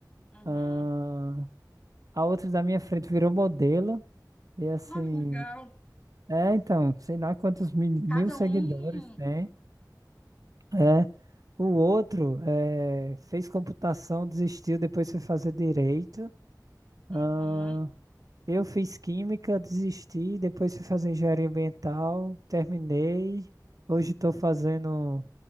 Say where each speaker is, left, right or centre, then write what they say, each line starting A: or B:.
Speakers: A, on the left; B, on the right.
A: uhum.
B: Ah, a outra da minha frente virou modelo. E assim,
A: Ah, que legal.
B: é, então, sei lá quantos mil, mil
A: Cada
B: seguidores
A: um.
B: tem. É, o outro é, fez computação, desistiu, depois foi fazer direito. Ah,
A: Uhum,
B: eu fiz química, desisti, depois fui fazer engenharia ambiental, terminei. Hoje estou fazendo,